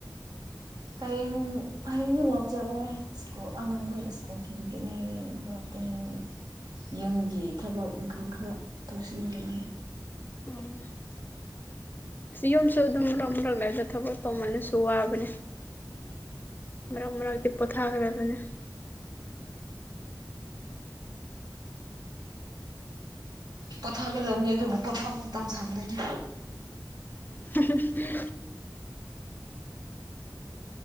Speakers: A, on the right (about 60°); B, on the left (about 25°).
A: ꯍꯌꯦꯡ ꯍꯌꯦꯡꯗꯤ ꯂꯧꯆꯠꯂꯣꯏ ꯁ꯭ꯀꯨꯜ ꯑꯉꯥꯡꯈꯣꯏ ꯁ꯭ꯀꯨꯜ ꯊꯤꯟꯒꯅꯤ <unintelligible> ꯌꯨꯝꯒꯤ ꯊꯕꯛ ꯏꯪꯈꯥꯡ ꯈꯔ ꯇꯧꯁꯤꯟꯒꯅꯤ
B: ꯎꯝ ꯌꯨꯝꯁꯨ ꯑꯗꯨꯝ ꯃꯔꯛ ꯃꯔꯛ ꯂꯩꯗ ꯊꯕꯛ ꯇꯧꯃꯜꯂꯁꯨ ꯋꯥꯕꯅꯦ ꯃꯔꯛ ꯃꯔꯛꯇꯤ ꯄꯣꯊꯥꯒꯗꯕꯅꯦ
A: ꯄꯣꯊꯛꯒꯗꯕꯅꯤ ꯑꯗꯨꯕꯨ ꯄꯣꯊꯥꯕ ꯃꯇꯝ ꯁꯪꯗꯦꯅꯦ
B: ꯍꯨꯝ ꯍꯨ